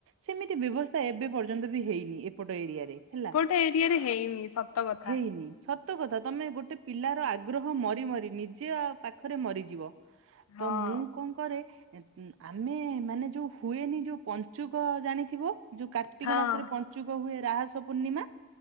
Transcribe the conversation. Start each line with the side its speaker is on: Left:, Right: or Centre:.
Right: ସେମିତି ଏତେ ବ୍ୟବସ୍ଥା ଏବେ ପର୍ଯ୍ୟନ୍ତ ବି ହେଇନି ଏପଟ ଏରିଆରେ ହେଲା।
Left: ଏ ଏରିଆରେ ହେଇନି ସତ କଥା।
Right: ହେଇନି ସତ କଥା ତମେ ଗୋଟେ ପିଲାର ଆଗ୍ରହ ମରି ମରି ନିଜ ପାଖରେ ମରିଯିବ।
Left: ହଁ।
Right: ତ ମୁଁ କଣ କରେ ଆମେ ମାନେ ଯୋଉ ହୁଏନି ଯୋଉ ପଞ୍ଚୁକ ଜାଣିଥିବ ଯୋଉ କାର୍ତ୍ତିକ
Left: ହଁ
Right: ମାସରେ ପଞ୍ଚୁକ ହୁଏ ରାହସ ପୂର୍ଣ୍ଣିମା।